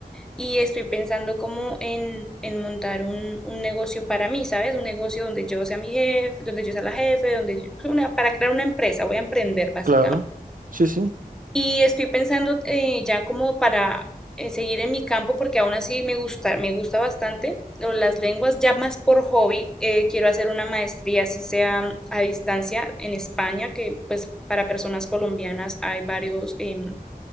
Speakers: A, in the centre; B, on the right.
A: y estoy pensando como en, en montar un, un negocio para mí, ¿sabes? Un negocio donde yo sea mi jefe, donde yo sea la jefe, donde yo- una, para crear una empresa, voy a emprender básicamente.
B: claro, sí, sí,
A: Y estoy pensando eh, ya como para eh, seguir en mi campo, porque aún así me gusta, me gusta bastante lo- las lenguas, ya más por hobby. eh, quiero hacer una maestría, así sea mm, a distancia, en España, que pues para personas colombianas hay varios em,